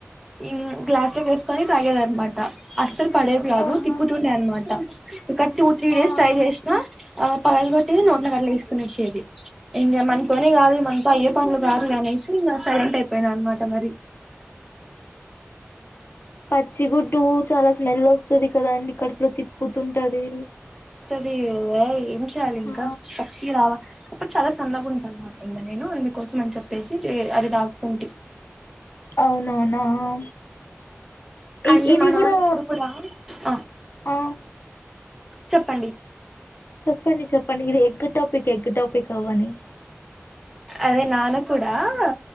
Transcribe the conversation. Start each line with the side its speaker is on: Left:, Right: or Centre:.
Centre: మ్ గ్లాస్ లోకేసుకొని తాగేదనమాట అస్సలు పడేది కాదు
Left: ఆహా
Centre: తిప్పుతుండే అనమాట ఇక టూ త్రీ డేస్
Left: ఆ
Centre: ట్రై చేసినా పగుల కొట్టేది నోట్లో కట్లేసుకునేసేది ఇంగ మనుకొని అది మనతో అయ్యే పనులు కాదులే అనేసి ఇంగ సైలెంట్ అయిపోయిన అనమాట మరి
Left: అ పచ్చిగుడ్టు చాలా స్మెల్ వస్తది కదా అండి కడుపులో తిప్పుతుంటది
Centre: అది ఏం చేయాలి
Left: హా
Centre: ఇంకా శక్తి రావా అప్పుడు చాలా సన్నగా ఉంటా అన్మాట ఇంగ నేను అందుకోసం అని చెప్పేసి అది తగుతుంటి
Left: అవునవునా ఆ ఇద్
Centre: అండ్
Left: ఇది
Centre: మా
Left: గుడా
Centre: నాన్న ఇప్పుడు కూడా ఆ
Left: ఆ
Centre: చెప్పండి
Left: చెప్పండి చెప్పండి ఇది ఎగ్ టాపిక్ ఎగ్ టాపిక్ అవ్వని
Centre: అదే నాన్న కూడా ఆ